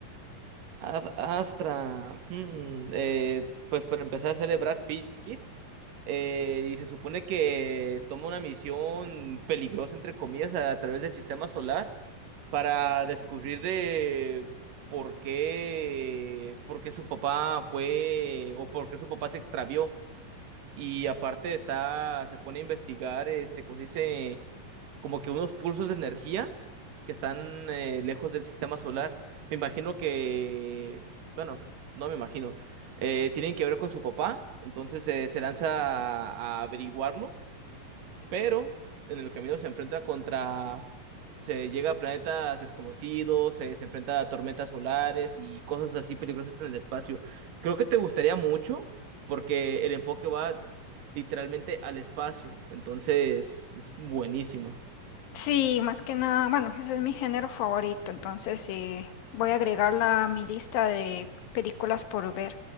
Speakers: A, on the right (about 70°); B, on the left (about 80°).
A: Ad Astra. hmm, eh, pues para empezar a celebrar Pitt. eh, y se supone que toma una misión peligrosa, entre comillas, a través del sistema solar para descubrir de por qué, por qué su papá fue o por qué su papá se extravió. Y aparte está, se pone a investigar, este, como se dice, como que unos pulsos de energía que están eh, lejos del sistema solar. Me imagino que, bueno, no me imagino, eh, tienen que ver con su papá. Entonces eh, se lanza a, a averiguarlo, pero en el camino se enfrenta contra se llega a planetas desconocidos, se, se enfrenta a tormentas solares y cosas así peligrosas en el espacio. Creo que te gustaría mucho porque el enfoque va literalmente al espacio, entonces es buenísima.
B: Sí, más que nada, bueno, ese es mi género favorito, entonces eh, voy a agregarla a mi lista de películas por ver.